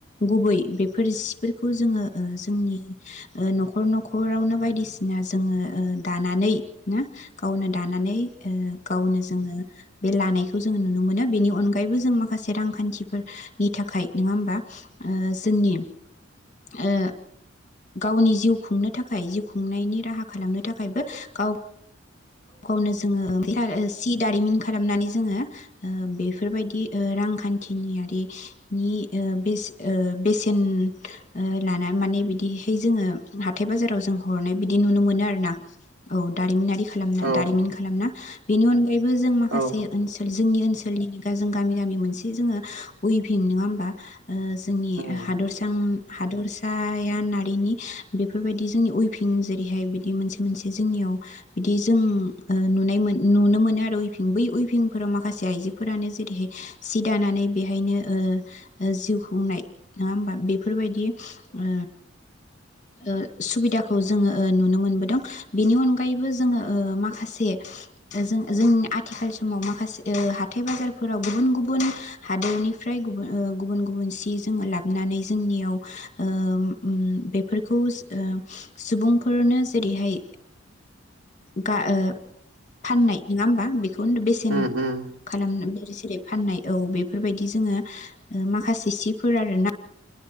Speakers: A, on the left; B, on the right.
A: गुबै बेफोर जिफोरखौ खौ जोङो ओ जोंनि न'खर न'खरावनो बायदिसिना जोङो दानानै ना गावनि दानानै ओ गावनो जोङो बे लानायखौ जोङो नुनो मोनो बेनि अनगायैबो जों माखासे रांखान्थिफोरनि थाखाय नङा होमबा ओ जोंनि ओ गावनि जिउ खुंनो थाखाय जिउ खुंनायनि राहा खालामनो थाखायबो गाव गावनो जोङो ओ सि दारिमिन खालामनानै जोङो ओ बेफोरबायदि ओ रांखान्थिनियारिनि ओ बेसे ओ बेसेन लाना माने बिदिहाय जोङो हाथाय बाजाराव जों हरनाय बिदि नुनो मोनो आरो औ दारिमिनारि खालामना
B: औ
A: दारिमिन खालामना बिनि अनगा यैबो जों माखासे
B: औ
A: ओनसोल जोंनि ओनसोलनिनो जों गामि गामि मोनसे जोङो उइभिं नङा होमबा ओ जोंनि
B: औ उम
A: हादसा हादरसाया नारिनि बेफोरबायदि जोंनि उइभिं जेरैहाय बिदि मोनसे मोनसे जोंनियाव बिदि जों ओ नुनाय मोन नुनो मोनो आरो उइफिं बै उइफिंफोराव माखासे आइजोफोरानो जेरैहाय सि दानानै बेहायनो ओ ओ जिउ खुंनाय नङा होमबा बेफोरबायदि ओ ओ सुबिदाखौ जोङो ओ नुनो मोनबोदों बेनि अनगायैबो जोङो ओ माखासे जों जोंनि आथिखाल समाव माखासे ओ हाथाइ बाजारफोराव गुबुन गुबुन हादोरनिफ्राय गुबुन ओ गुबुन गुबुन सि जोङो लाबोनानै जोंनियाव ओ बेफोरखौ सुबुंफोरनो जेरैहाय गा ओ फाननाय नङा होम बा बेखौ बेसेन
B: उम
A: खालामनो <unintelligible> जेरै फाननाय औ बेफोरबायदि जोङो ओ माखासे सिफोर आरो ना